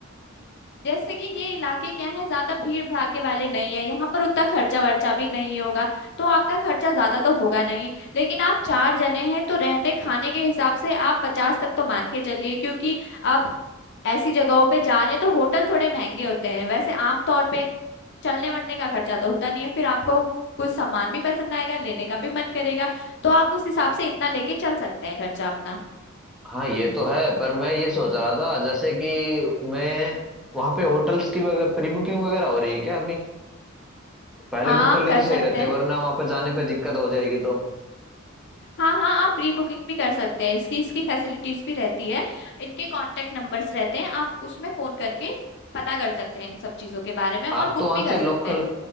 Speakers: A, on the left; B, in the centre.
A: जैसे कि ये इलाके क्या है ज्यादा भीड़ भड़ाके वाले नहीं है यहाँ पर उतना खर्चा वर्चा भी नहीं होगा तो आपका खर्चा ज्यादा तो होगा नहीं लेकिन आप चार जने हैं तो रहने खाने के हिसाब से आप पचास तक तो मान के चलिए क्योंकि अब ऐसी जगहों पे जा रहे हैं तो होटल थोड़े महंगे होते हैं वैसे आमतौर पे चलने वलने का खर्चा तो होता नहीं है फिर आपको कुछ सामान भी पसंद आएगा लेने का भी मन करेगा तो आप उस हिसाब से इतना लेके चल सकते हैं खर्चा अपना
B: हाँ ये तो है पर मैं ये सोच रहा था जैसे कि मैं वहां पे होटल्स की वगैरह प्री बुकिंग वगैरह हो रही है क्या अभी पहले
A: हाँ
B: बुक कर
A: आप
B: ले
A: कर
B: तो
A: सकते
B: सही रहते
A: हैं
B: वरना वहां पे जाने पे दिक्कत हो जाएगी तो
A: हाँ हाँ आप प्री बुकिंग भी कर सकते हैं इसकी इसकी फैसिलिटीज भी रहती है इनके कांटेक्ट नंबर्स रहते हैं आप उसमें फोन करके पता कर सकते हैं इन सब चीजों के बारे में और
B: आप
A: बुक
B: तो वहां
A: भी कर
B: से लोकल
A: सकते हैं